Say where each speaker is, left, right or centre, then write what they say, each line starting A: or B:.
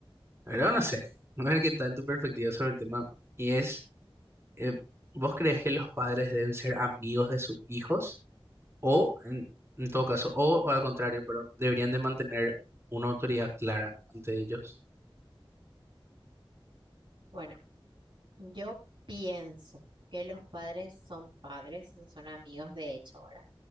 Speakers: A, on the right; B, on the right.
A: pero no sé. <laughs> A ver qué tal tu perspectiva sobre el tema. Y es, eh, ¿vos crees que los padres deben ser amigos de sus hijos? O, en, en todo caso, o, o al contrario, pero deberían de mantener una autoridad clara ante ellos.
B: Bueno, yo pienso que los padres son padres, no son amigos de hecho ahora.